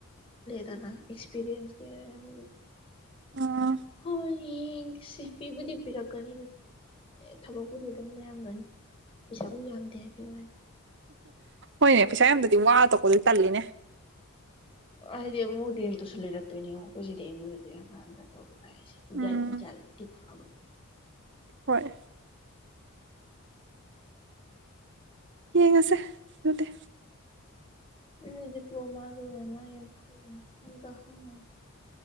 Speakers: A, on the left; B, on the right.
A: ꯇꯅ ꯑꯦꯛꯁꯄꯤꯔꯤꯌꯦꯟꯁ ꯀꯌꯥ꯫ <inaudible>
B: ꯑꯥ
A: ꯍꫭꯏꯌꯦ꯫ ꯌꯦꯡꯁꯤ ꯄꯤꯕꯨꯗꯤ ꯄꯤꯔꯛꯀꯅꯤ ꯊꯕꯛꯄꯨꯗꯤ ꯑꯗꯨꯝ ꯂꯩꯔꯝꯒꯅꯤ꯫ ꯄꯩꯁꯥꯕꯨ ꯌꯥꯝꯗꯦ ꯍꯥꯏꯕꯩ ꯋꯥꯅꯤ꯫
B: ꯍꯣꯏꯅꯦ ꯄꯩꯁꯥ ꯌꯥꯝꯗꯗꯤ ꯋꯥ ꯇꯣꯛꯄꯗꯤ ꯇꯜꯂꯤꯅꯦ꯫
A: ꯑꯥ ꯍꯥꯥꯏꯗꯤ ꯑꯃꯨꯛ ꯔꯦꯟ ꯇꯥꯁꯨ ꯂꯩꯔꯛꯇꫭꯏꯅꯤ ꯌꯦꯡꯑꫭ ꯑꯈꫭꯏꯁꯤ ꯑꯦꯝꯌꯨ꯫ <inaudible> ꯍꯥꯏꯁꯦ
B: ꯎꯝ
A: ꯒꯥꯔꯤ ꯃꯆꯥ ꯂꯩꯗꯤ ꯐꯕ꯫
B: ꯍꯣꯏ꯫ ꯌꯦꯡꯉꯁꯦ ꯑꯗꯨꯗꯤ꯫
A: <inaudible> ꯅꯣꯢꯗꯤ ꯗꯤꯄꯂꯣꯃꯥꯥ ꯂꯣꯢꯔꯦꯅ ꯑꯩ ꯑꯝꯇ ꯍꯪꯉꯣ